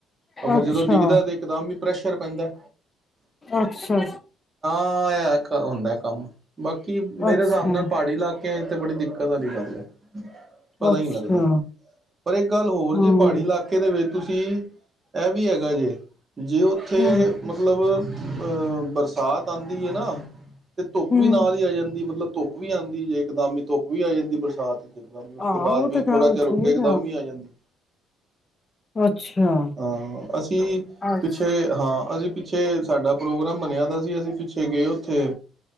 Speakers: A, on the right; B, on the left.
A: ਉਹ ਫਿਰ
B: ਅੱਛਾ
A: ਜਦੋਂ ਡਿੱਗਦਾ ਤਾਂ ਇਕਦਮ ਹੀ ਪ੍ਰੈਸ਼ਰ ਪੈਂਦਾ।
B: ਅੱਛਾ
A: ਆ ਇਹ ਹੁੰਦਾ ਕੰਮ ਬਾਕੀ ਮੇਰੇ
B: ਅੱਛਾ
A: ਹਿਸਾਬ ਨਾਲ ਪਹਾੜੀ ਇਲਾਕੇ ਤੇ ਬੜੀ ਦਿੱਕਤ ਵਾਲੀ ਗੱਲ ਹੈ। ਪਤਾ
B: ਅੱਛਾ
A: ਹੀ ਨਹੀਂ ਲੱਗਦਾ, ਪਰ ਇੱਕ ਗੱਲ ਹੋਰ
B: ਹਮ
A: ਜੇ ਪਹਾੜੀ ਇਲਾਕੇ ਦੇ ਵਿੱਚ ਤੁਸੀਂ ਇਹ ਵੀ ਹੈਗਾ ਜੇ ਜੇ ਉੱਥੇ
B: ਹਮ
A: ਮਤਲਬ ਬਰਸਾਤ ਆਉਂਦੀ ਹੈ ਨਾ ਤੇ ਧੁੱਪ
B: ਹਮ
A: ਵੀ ਨਾਲ ਹੀ ਆ ਜਾਂਦੀ, ਮਤਲਬ ਧੁੱਪ ਵੀ ਆਉਂਦੀ ਜੇ। ਇਕਦਮ ਧੁੱਪ ਵੀ ਆ ਜਾਂਦੀ ਬਰਸਾਤ ਚ ਇਕਦਮ ਉਸ
B: ਆਹ
A: ਤੋਂ ਬਾਅਦ
B: ਉਹ
A: ਵੀ
B: ਤੇ ਗੱਲ
A: ਥੋੜ੍ਹਾ ਚਿਰ ਰੁਕ
B: ਠੀਕ
A: ਕੇ ਇਕਦਮ ਹੀ ਆ ਜਾਂਦੀ।
B: ਅੱਛਾ
A: ਹਾਂ ਅਸੀਂ
B: ਅੱਛਾ
A: ਪਿੱਛੇ ਹਾਂ, ਅਸੀਂ ਪਿੱਛੇ ਸਾਡਾ ਪ੍ਰੋਗਰਾਮ ਬਨਿਆ ਦਾ ਸੀ ਅਸੀਂ ਉੱਥੇ ਗਏ ਉੱਥੇ